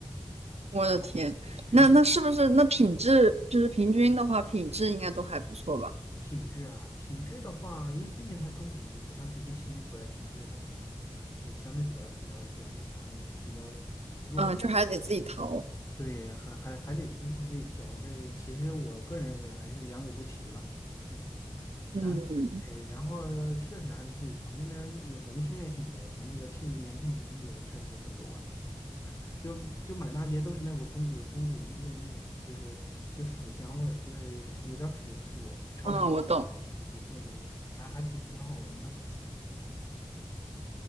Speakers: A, on the right (about 85°); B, on the left (about 30°).
A: 我的天，
B: <laughs> 全是
A: 那那是不是那品质就是平均的话，品质应该都还不错吧？
B: 品质啊。品质的话，因为毕竟它中古衣服，它比起新衣服来品质，它可能对相对比较比较比较那啥一点，比较弱一点。
A: 嗯，就还得自己淘。
B: 对，还还还得自己自己调，这其实我个人认为还是良莠不齐吧。对，
A: 嗯
B: 然后对，然后确实还是自己调，那边也文青也挺多的，那个青年轻人也确实可多了，就就满大街都是那股中古中古衣物的那种，就是就腐香味儿，就是有点腐腐潮潮，
A: 嗯，我懂。
B: 对那种味儿，还还挺挺好闻的，我觉得。